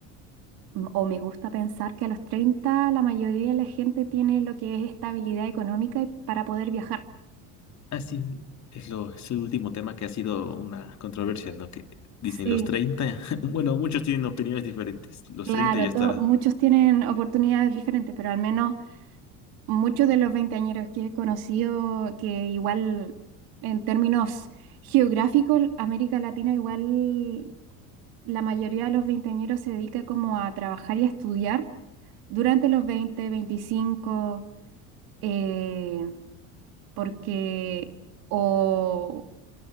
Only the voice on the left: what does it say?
Así es lo, es el último tema que ha sido una controversia, ¿no? Que dicen
los 30. <laughs> bueno, muchos tienen opiniones diferentes. Los
30 ya
está